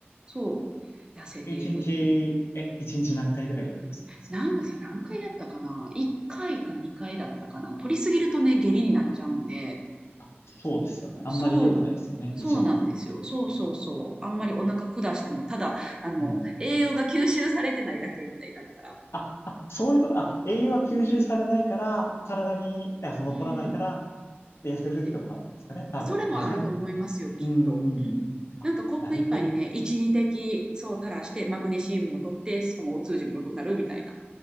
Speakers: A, on the right; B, on the left.
A: そう、痩せていくっていうの。
B: 一日、え、一日何回ぐらいやるんですか
A: なんかさ、何回やったかな ?1 回か2回だったかな取りすぎるとね、下痢になっちゃうんで、
B: あ、そうですよね。あんまり良くないですよね。
A: そう、そうなんですよ。
B: 胃腸に。
A: そうそうそう。あんまりお腹下しても、ただ、あの、
B: うん。
A: 栄養が吸収されてないだけみたいになるから。
B: あ、あ、そういうこと。あ、栄養は吸収されないから、体に、あ、その残らないから、
A: うん。
B: で痩せるってことなんですかね。
A: で
B: 多分。
A: それもあると思いますよ、
B: 下剤う
A: きっと。
B: ーん。
A: うん。
B: あ、
A: なんかコップ一杯にね、
B: なるほどね。
A: 一二滴、そう垂らして、マグネシウムも取って、しかもお通じも良くなるみたいな。